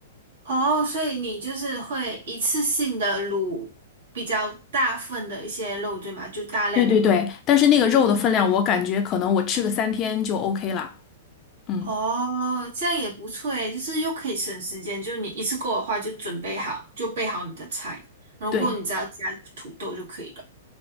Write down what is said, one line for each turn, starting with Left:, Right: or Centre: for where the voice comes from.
Right: 哦，所以你就是会一次性的卤比较大份的一些肉，对吗？就大量的卤。
Left: 对对对，但是那个肉的分量，我感觉可能我吃个三天就 OK 了。嗯，
Right: 哦，这样也不错诶，就是又可以省时间，就是你一次过的话就准备好，就备好你的菜，然后过后你只要加土豆就可以了。
Left: 对。